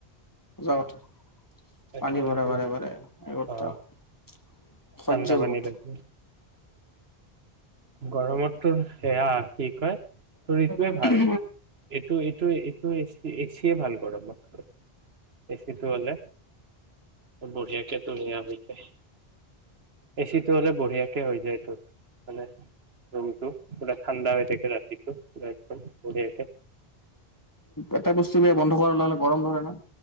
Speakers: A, on the left (about 20°); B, on the right (about 70°).
A: যোৱাতে,
B: তাকে
A: পানী ভৰা
B: আৰু
A: বাৰে বাৰে, অসহ্য
B: অ ঠাণ্ডা
A: বহুত
B: পানী লাগে গৰমততো সেয়া কয় শৰীৰটোৱে
A: উম
B: ভাল, এইটো এইটো এচিয়ে ভাল গৰমত এচিটো হলে, বঢ়িয়া কে তৰিীয়াাবিক এচিটো হলে বঢ়িয়া হৈ যায় ত মানে ৰুমটো পূৰা ঠাণ্ডা হৈ থাকে ৰাতিটো পৰা একদমৰি থাকে
A: এটা বস্তু বেয়া বন্ধ কৰা ললে গৰম ধৰে ন